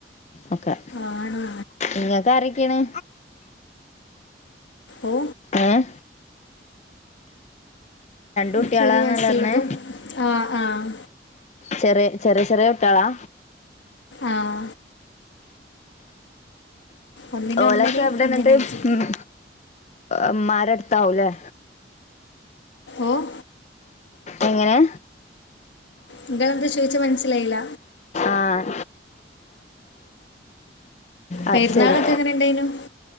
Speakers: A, on the left; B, on the left.
A: ഒക്കെ
B: ആണോ?
A: ഇങ്ങക്കാരൊക്കേണ്?
B: ഓ
A: ഏഹ്? കുട്ടികളാന്നല്ലേ
B: ഇൻക്കൊര് വയസില്ലതും
A: പറഞ്ഞേ
B: ആഹ് ആഹ്.
A: ചെറ്യേ, ചെറ്യേ ചെറ്യേ കുട്ട്യാളാ?
B: ആഹ് ഒന്നിന്
A: ഓലൊക്കെവ്ടെന്ന്ട്ട്?
B: ഒന്നരയും ഒന്നിന് അഞ്ചും
A: ഉം ഇമ്മാരെട്ത്താവുംലെ?
B: ഓഹ്
A: എങ്ങനെ
B: എന്താ ഇങ്ങട്ത്ത് ചോയിച്ചെ മനസ്സിലായില
A: ആഹ് അത്
B: പെരുന്നാളൊക്കെ
A: ശെരി
B: എങ്ങനെ ഉണ്ടായിരുന്നു